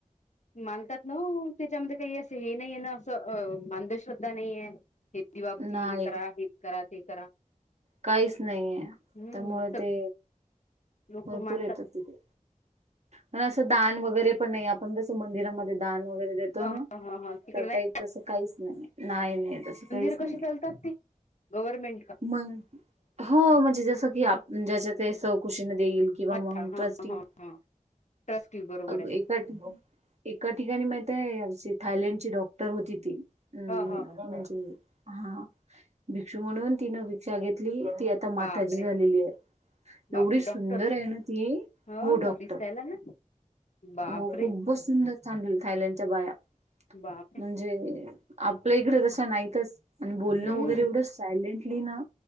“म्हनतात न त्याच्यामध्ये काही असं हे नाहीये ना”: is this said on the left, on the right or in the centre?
Left